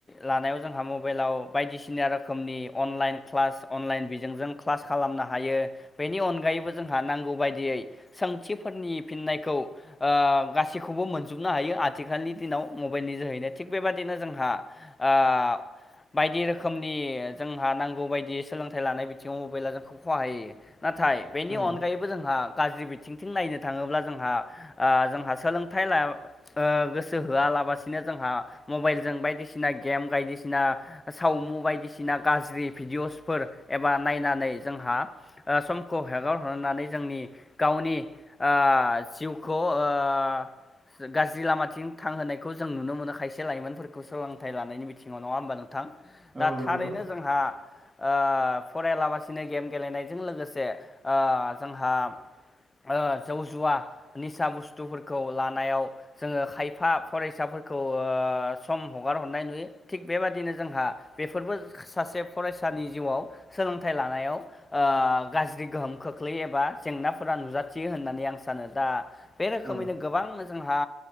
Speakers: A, on the left; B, on the right.
A: लानायाव जोंहा मबाइलाव बायदिसिना सिना रोखोमनि अनलाइन क्लास अनलाइन बिजोंजों क्लास खालामनो हायो बेनि अनगायैबो जों आंहा नांगौ बायदियै सोंथिफोरनि फिननायखौ ओ गासैखौबो मोनजोबनो हायो। आथिखालनि दिनाव मबाइलनि जोहैनो थिग बेबदिनो जोंहा आ बायदि रोखोम रोखोमनि जोंहा नांगौ बायदि सोलोंथाइ लानाय बिथिङाव मबेला जोंखौ हहाय होयो नाथाय बेनि
B: औ
A: अनगायैबो जोंहा गाज्रि बिथिंथिं नायनो थाङोब्ला जोंहा ओ जोंहा सोलोंथाइ ला ओ गोसो होआलाबसिनो जोंहा मबाइलजों बायदिसिना गेम बायदिसिना सावमु बायदिसिना गाज्रि भिडिअ'सफोर एबा नायनानै जोंहा ओ समखौ हगार हरनानै जोंनि गावनि ओ जिउखौ ओ गाज्रि लामाथिं थांहोनायखौ जों नुनो मोनो खायसे लाइमोनफोरखौ सोलोंथाइ लानायनि बिथिङाव नङा होमबा नोंथां? दा
B: औ
A: थारैनो
B: नंगौ
A: जोंहा आ फरायलाबसिनो गेम गेलेनायजों लोगोसे ओ जोंहा ओ जौ जुवा निसा बुस्थुफोरखौ लानायाव जोङो खायफा फरायसाफोर फोरखौ ओ सम हगार हरनाय नुयो थिग बेबादिनो जोंहा बेफोरबो सासे फरायसानि जिउआव सोलोंथाइ लानायाव ओ गाज्रि गोहोम। खोख्लै एबा जेंनाफोरा नुजाथियो होननानै आं सानो दा बे रोखोमैनो
B: औ
A: गोबां जोंहा